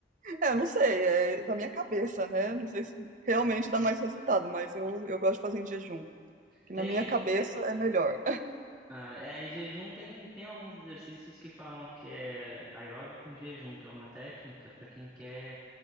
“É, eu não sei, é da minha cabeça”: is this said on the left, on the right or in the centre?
Right